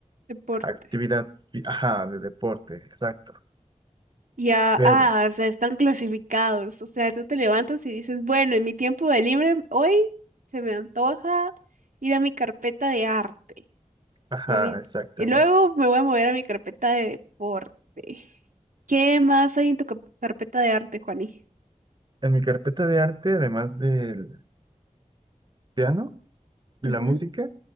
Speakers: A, on the right; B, on the right.
A: Deporte.
B: actividad, fí- ajá, de deporte, exacto.
A: Ya,
B: Pero,
A: ah, o sea, están clasificados. O sea, tú te levantas y dices, bueno, en mi tiempo de libre hoy se me antoja ir a mi carpeta de arte.
B: ajá,
A: Y, en mi-
B: exactamente.
A: y luego me voy a mover a mi carpeta de deporte. ¿Qué más hay en tu cap- carpeta de arte, Juani?
B: En mi carpeta de arte, además del piano y
A: Ujú,
B: la música,